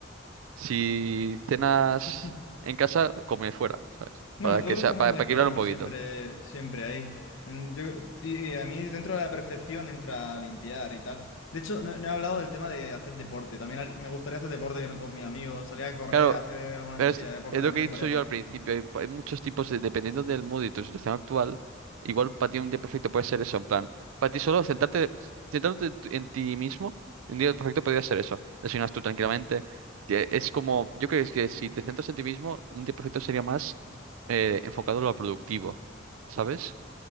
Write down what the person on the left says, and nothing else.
<laughs>
No,
nosotros
comemos
y cenamos
siempre, siempre ahí. En- yo- y, y a mí dentro de la perfección entra limpiar y tal. De hecho, no, no he hablado del tema de hacer deporte. También har- me gustaría hacer deporte con con mis amigos, salir a correr,
hacer alguna
cosilla de deporte
también
estaría
guay.